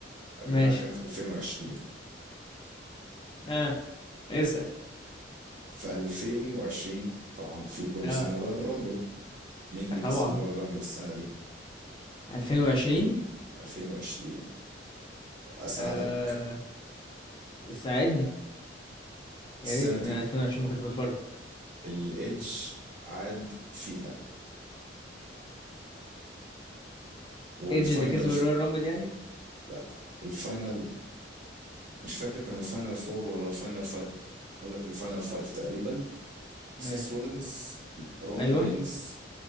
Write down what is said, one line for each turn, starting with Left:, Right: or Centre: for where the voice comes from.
Right: ارجع
Left: ماشي
Right: لك انا في 2020
Left: اه اسال
Right: في 2020 طبعا في كل
Left: اه
Right: سنة رويال رامبل مين اللي كسب
Left: طبعا
Right: رويال رامبل السنة دي
Left: 2020
Right: 2020 اساعدك
Left: آه ساعدني يا
Right: السنة
Left: ريت
Right: دي
Left: انا 2020 ما كنتش بتفرج
Right: الايدج عاد فيها والفاينل
Left: ايدج اللي كسب
Right: ف...
Left: الرويال رامبل يعني
Right: لا الفاينل مش فاكر كانوا الفاينل فور ولا الفاينل فايف اقول لك الفاينل فايف تقريبا سيس
Left: ماشي
Right: رولينز رومان
Left: ايوه
Right: رينز